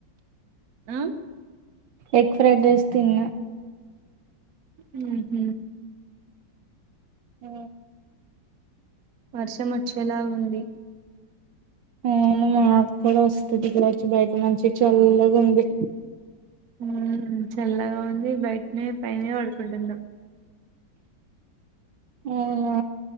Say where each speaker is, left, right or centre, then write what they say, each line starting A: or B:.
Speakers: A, on the right; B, on the right.
A: అ
B: ఎగ్ ఫ్రైడ్ రైస్ తిన్న.
A: మ్ హ్
B: ఆ
A: వర్షం వచ్చేలాగుంది.
B: అవును మా కూడా వస్తది కావచ్చు బయట మంచి చల్లగుంది.
A: మ్ చల్లగా ఉంది బైట్నే పైనే పడుకుంటున్నం.
B: అవునా